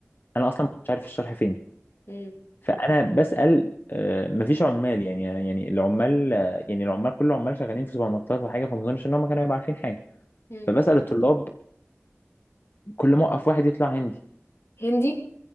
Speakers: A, on the left; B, on the left.
A: انا اصلا ما كنتش عارف الشرح فين
B: امم
A: فانا بسال آه، مفيش عمال يعني يعني العمال آه، يعني العمال كل العمال شغالين في سوبر ماركتات وحاجه فما اظنش ان هم كانوا يبقوا عارفين حاجه
B: أمم.
A: فبسال الطلاب كل ما اوقف واحد يطلع هندي
B: هندي